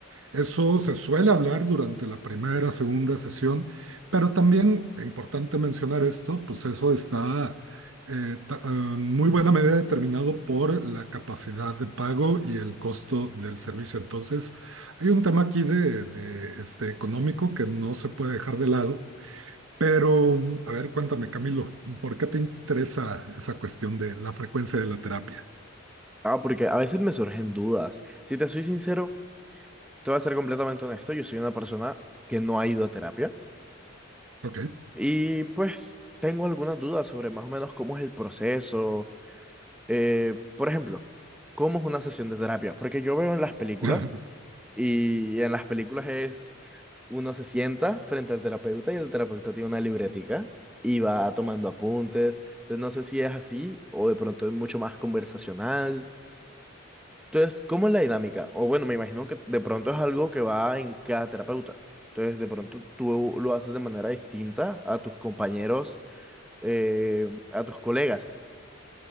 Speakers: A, on the right; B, in the centre.
A: Eso se suele hablar durante la primera, segunda sesión, pero también, e importante mencionar esto, pues eso está eh, ta- eh, en muy buena medida determinado por la capacidad de pago y el costo del servicio. Entonces, hay un tema aquí de, de, este, económico que no se puede dejar de lado, pero a ver, cuéntame, Camilo, ¿por qué te interesa esa cuestión de la frecuencia de la terapia?
B: Ah, porque a veces me surgen dudas. Si te soy sincero, te voy a ser completamente honesto. Yo soy una persona que no ha ido a terapia
A: Ok.
B: y pues tengo algunas dudas sobre más o menos cómo es el proceso. Eh, por ejemplo, ¿cómo es una sesión de terapia? Porque yo veo en las películas
A: <laughs>
B: y en las películas es uno se sienta frente al terapeuta y el terapeuta tiene una libretica y va tomando apuntes. Entonces no sé si es así o de pronto es mucho más conversacional. Entonces, ¿cómo es la dinámica? O bueno, me imagino que de pronto es algo que va en cada terapeuta. Entonces, de pronto tú lo haces de manera distinta a tus compañeros, eh, a tus colegas.